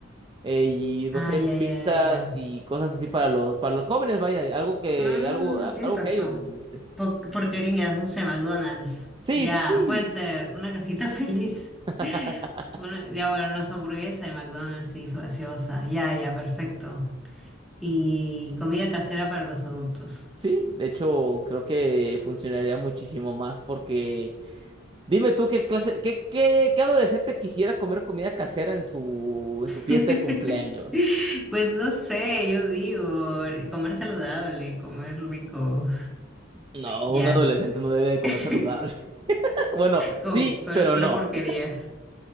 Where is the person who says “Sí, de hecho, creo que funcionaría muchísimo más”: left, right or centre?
Right